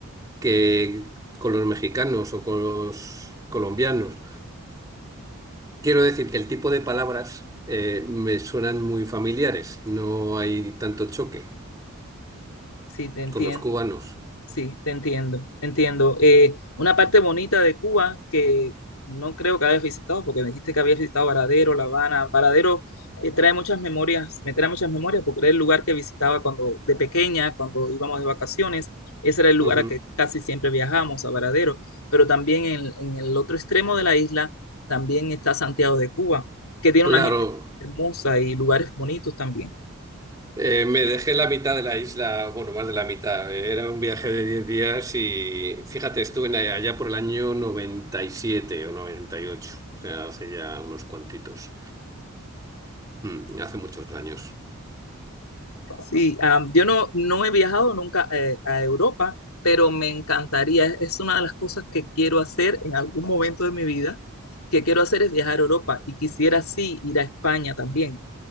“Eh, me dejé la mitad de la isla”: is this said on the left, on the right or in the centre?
Right